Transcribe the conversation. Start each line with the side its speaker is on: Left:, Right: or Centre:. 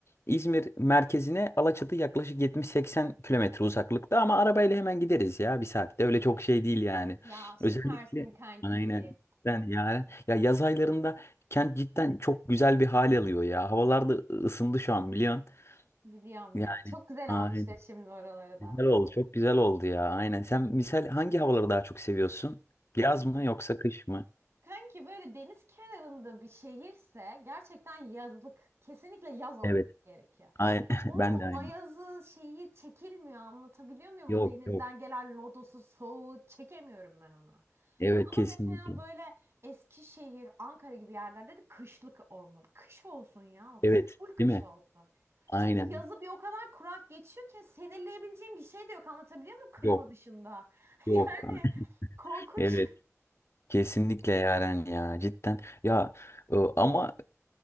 Left: İzmir merkezine Alaçatı yaklaşık 70-80 kilometre uzaklıkta ama arabayla hemen gideriz ya bir saatte öyle çok şey değil yani.
Right: Ya süpersin
Left: Özellikle
Right: kanki.
Left: aynen ben yani ya yaz aylarında kent cidden çok güzel bir hal alıyor ya. Havalar da ısındı şu an biliyorsun.
Right: Biliyorum
Left: Yani
Right: ya. Çok güzel
Left: aynen.
Right: almışlar şimdi oraları da.
Left: Güzel oldu. Çok güzel oldu ya. Aynen. Sen misal hangi havaları daha çok seviyorsun? Yaz mı yoksa kış mı?
Right: Kanki böyle deniz kenarında bir şehirse gerçekten yazlık kesinlikle yaz olması
Left: Evet.
Right: gerekiyor.
Left: Aynen. <laughs>
Right: Ya onun
Left: Ben de
Right: o
Left: aynı.
Right: ayazı şeyi çekilmiyor anlatabiliyor muyum?
Left: Yok
Right: O denizden
Left: yok.
Right: gelen lodosu soğuğu çekemiyorum ben ona.
Left: Evet
Right: Ama
Left: kesinlikle.
Right: mesela böyle Eskişehir, Ankara gibi yerlerde de kışlık olmalı. Kış olsun ya orası.
Left: Evet.
Right: Full kış
Left: Değil mi?
Right: olsun.
Left: Aynen.
Right: Çünkü yazı bir o kadar kurak geçiyor ki sinirleyebileceğim bir şey de yok anlatabiliyor muyum klima
Left: Yok.
Right: dışında? <laughs>
Left: Yok.
Right: Yani
Left: <laughs>
Right: korkunç
Left: Evet. Kesinlikle Yaren ya cidden ya e, ama